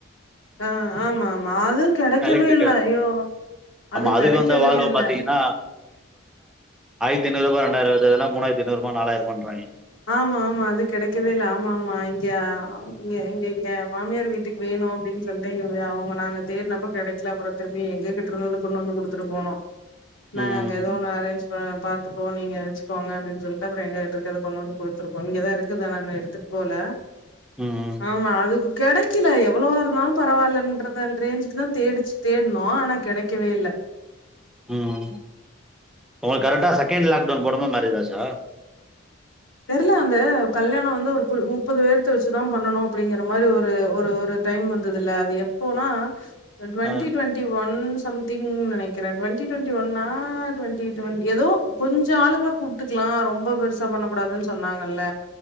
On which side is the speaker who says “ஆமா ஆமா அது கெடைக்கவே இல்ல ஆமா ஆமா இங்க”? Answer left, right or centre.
Left